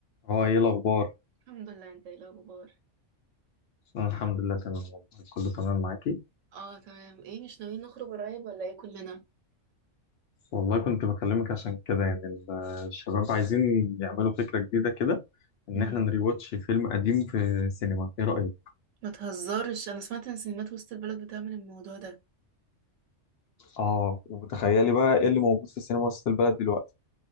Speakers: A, on the left; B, on the right.
A: هو ايه الاخبار
B: الحمد لله انت ايه الاخبار
A: انا الحمد لله تمام والله كله تمام معاكي
B: اه تمام ايه مش ناويين نخرج قريب ولا ايه كلنا
A: والله كنت بكلمك عشان كده يعني ال- الشباب عايزين يعملوا فكره جديده كده ان
B: مم.
A: احنا نريواتش فيلم قديم في السينما ايه رايك
B: ما تهزرش انا سمعت ان سينمات وسط البلد بتعمل الموضوع ده
A: اه وتخيلي بقى ايه اللي موجود في السينما وسط البلد دلوقتي